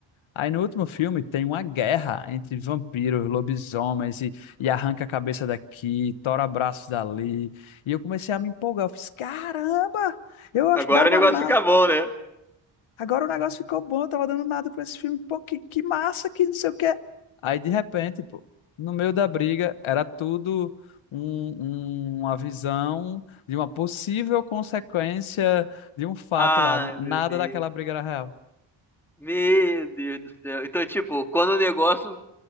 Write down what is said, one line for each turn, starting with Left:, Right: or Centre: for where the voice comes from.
Left: Aí no último filme tem uma guerra entre vampiros, lobisomens e, e arranca a cabeça daqui, tora braços dali. E eu comecei a me empolgar, eu fiz: Caramba! Eu ach-
Centre: agora
Left: dava
Centre: o negócio
Left: nada.
Centre: fica bom, né?
Left: Agora o negócio ficou bom, eu tava dando nada pra esse filme. Pô, que, que massa, que não sei o quê. Aí, de repente, pô, no meio da briga, era tudo um- um- uma visão de uma possível consequência de um fato
Centre: Ai,
Left: lá. Nada
Centre: meu Deus.
Left: daquela briga era real.
Centre: Meu Deus do céu. Então, tipo, quando o negócio